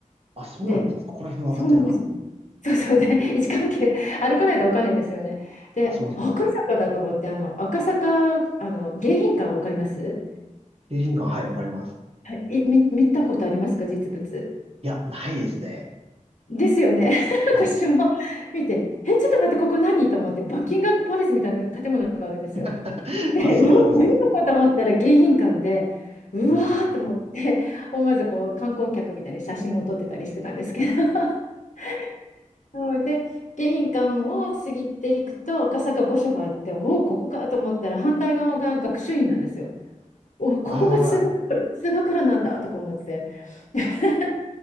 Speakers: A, on the right; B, on the left.
A: あ、そうなんですね。
B: で、
A: そこら辺分かってなかった。
B: そうなんですよ。そうそう、で、<laughs> 位置関係、歩かないと分かんないですよね。で、
A: そうです。
B: 赤坂だと思って、あの、赤坂、あの、迎賓館分かります
A: 景品館はい、わかります。
B: はい、い見、見たことありますか、実物。
A: いや、ないですね。
B: ですよね。<laughs>
A: はい。
B: 私も見て、え、ちょっと待って、ここ何と思って、バッキンガムパレスみたいな建物があるんですよ。
A: <laughs>
B: で、
A: あ、そうなんです。
B: うわ、何とかと思ったら迎賓館で、
A: は
B: うわーと思って、
A: いはい。
B: 思わずこう観光客みたいに写真を撮ってたりしてたんですけど、<laughs> そうで、迎賓館を過ぎていくと、赤坂御所があって、おお、ここかと思ったら、反対側が学習院なんですよ。おお、ここが通学路、
A: あ
B: 通学路なんだとか思って、<laughs>